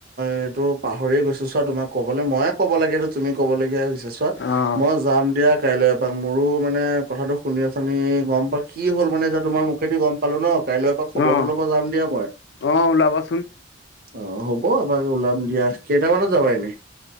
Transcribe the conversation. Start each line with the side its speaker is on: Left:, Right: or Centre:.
Right: হেইটো পাহৰিয়ে গৈছোঁ চোৱা তোমাক ক'বলে মই। ক'ব লাগেটো তুমি ক'বলগীয়া হৈছে চোৱা।
Left: অ',
Right: মই যাম দিয়া কাইলে পা মোৰো মানে কথাটো শুনি শুনি গম পা কি হ'ল মানে এতিয়া তোমাৰ মুখেদি গম পালো ন। কাইলৈ এপাক খবৰটো
Left: অ',
Right: ল'ব যাম দিয়া মই।
Left: অ', ওলাবাচোন
Right: অ, হ'ব এপাক ওলাম দিয়া। কেইটামানত যাবা এনেই?